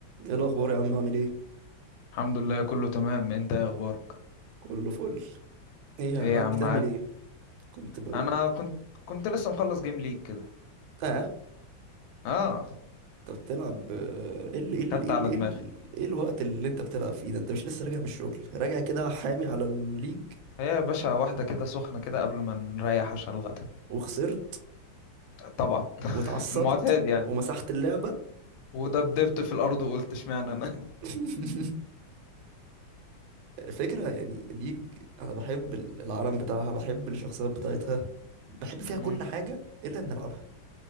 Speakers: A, on the right; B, on the left.
A: ايه الاخبار يا عم عامل ايه
B: الحمد لله كله تمام انت ايه اخبارك
A: كله فل ايه
B: ايه
A: قاعد
B: يا عم
A: بتعمل
B: عاب
A: ايه كنت ب...
B: انا كنت كنت لسه مخلص جيم ليج كده
A: اه
B: اه
A: انت بتلعب آه، ايه ال... ايه ال...
B: خدت
A: ايه ال...
B: على
A: ايه
B: دماغي
A: ال... إيه الوقت اللي انت بتلعب فيه ده انت مش لسه راجع من الشغل راجع كده حامي على الليج
B: ايه يا باشا واحده كده سخنه كده قبل ما نريح عشان الغدا
A: وخسرت
B: طبعا <laughs>
A: واتعصبت
B: المعتاد يعني
A: ومسحت اللعبة
B: ودبدبت في الارض وقلت اشمعنى انا
A: <laughs> فكرة يعني ليج انا بحب ال- العالم بتاعها بحب الشخصيات بتاعتها بحب
B: <laughs>
A: فيها كل
B: امم.
A: حاجة الا ان العبها